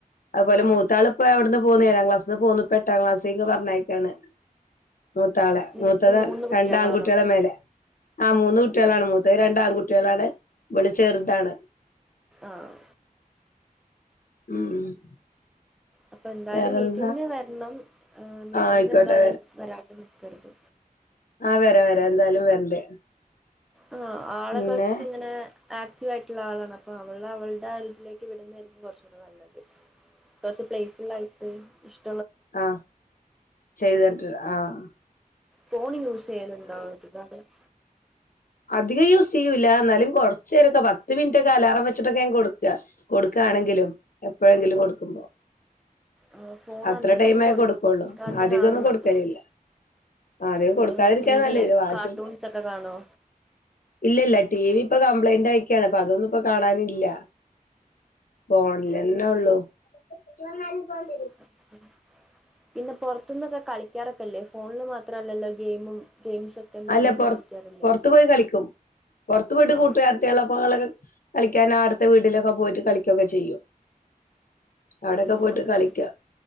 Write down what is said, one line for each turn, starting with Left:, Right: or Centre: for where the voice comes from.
Left: അതുപോല
Centre: ആ
Left: മൂത്താള ഇപ്പോ ഇവിടുന്ന് പോുന്ന്ഏഴാം ക്ലസ് അന്ന് പോുന്നു പെട്ട ക്ലാസ്സേക്ക് പറഞ്ഞേക്കാണ് മൂത്താളെ
Centre: നിങ്ങക്ക്
Left: മൂത്തതാ
Centre: മൂന്ന് കുട്ടികളാണോ
Left: രണ്ട ആൺകുട്ടികളെ മേലെ ആ മൂന്ന് കുട്ടികളാണ് മൂത് രണ്ട ആൺകുട്ടി കുട്ടികളാണ് വിളിച്ചെറുതാണ്
Centre: ആഹ
Left: ഉം
Centre: അപ്പൊ എന്തായാലും
Left: വേറെന്താ
Centre: മീറ്റിങ്ങിന് വരണം മീറ്റിങ്ങിന്
Left: ആ ആയിക്കോട്ടെ
Centre: എന്തായാലും വരാ ത്തരുത്
Left: ആഹ വരാ വരാ എന്തായാലും വരണ്ട്
Centre: ആ ആളെ
Left: പിന്നെ
Centre: കൊറച്ച് ഇങ്ങനെ ആക്റ്റീവ് ആയിട്ടുള്ള ആളാണ് അപ്പ അവൾ അവളുടെ ആതിലേക്ക് വിടുന്നതായിരിക്കും കുറച്ച് കൂടെ നല്ലത് കുറച്ചു പ്ലേസ്ഫുൽ ആയിഫ് ഏ ഷ് എ
Left: ആഹ് ചെയ്തരണ്ട് ആഹ്
Centre: ഫോൺ യൂസ് ചെയ്യലുണ്ടാവും <unintelligible>
Left: അധികം യൂസ് ചെയ്യൂല്ല എന്നാലും കുറച്ചു നേരൊക്കെ പത്ത് മിനിറ്റൊക്കെ അലാറം വെച്ചിട്ടൊക്കെ ഞാൻ കൊടുക്ക കൊടുക്കുകയാണെങ്കിലും എപ്പോഴെങ്കിലും കൊടുക്കുമ്പോ
Centre: ആ ഫോൺ
Left: അത്ര
Centre: അധികം
Left: ടൈമേ
Centre: കൊടുക്കാത്തതാണ്
Left: കൊടുക്കുള്ളൂ അധികം ഒന്നും
Centre: നല്ലത്
Left: കൊടുക്കലില്ല അധികം
Centre: പിന്നെ
Left: കൊടുക്കാതിരിക്കാൻ
Centre: ഇങ്ങനെ ടി
Left: നല്ല
Centre: വി
Left: ഒരു വാശി
Centre: കാർട്ടൂൺസ് ഒക്കെ കാണോ?
Left: ഇല്ല ഇല്ല ടി വി ഇപ്പൊ കംപ്ലൈന്റ് ആയിക്കാണ് അപ്പൊ അതൊന്നും ഇപ്പൊ കാണാനില്ല ഫോണിലെന്നെ ഉള്ളു ന
Centre: ഉ
Left: <unintelligible>
Centre: ഉ <unintelligible> പിന്നെ പുറത്തന്നൊക്കെ കളിക്കാറൊക്കല്ലേ ഫോണില് മാത്രല്ലല്ലോ ഗെയിമും. ഗെയിംസ് ഒക്കെ എന്തെങ്കിലുമൊക്കെ
Left: അല്ലറ
Centre: കളിക്കാറില്ലേ
Left: പുറത്തു പോയി കളിക്കും പുറത്തു പോയിട്ട്
Centre: ആഹ്
Left: കൂട്ടുകാർത്തുള്ളപ്പങ്ങളൊക്കെ കളിക്കും കളിക്കാൻ അടുത്തെ വീട്ടിലൊക്കെ പോയിട്ട് കളിക്കുകയൊക്കെ ചെയ്യും. അവിടൊക്കെ
Centre: നമ്മക്കി
Left: പോയിട്ട് കളിക്ക